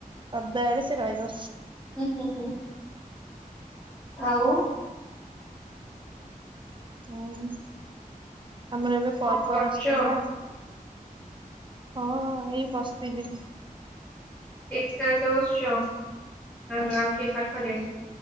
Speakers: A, on the right (about 35°); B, in the centre.
A: ସଦା ବେଳେ ସେ ରହିବ।
B: ହୁଁ ହୁଁ ହୁଁ ଆଉ।
A: ହୁଁ ଆମର ଏବେ ପର୍ବ
B: କଣ କରୁଛ?
A: ଆସଛି ନା। ହଁ ଏଇ ବସିଥିଲି।
B: ଏକା ଏକା ବସିଛ ନା ନା ଆଉ କିଏ ପାଖରେ?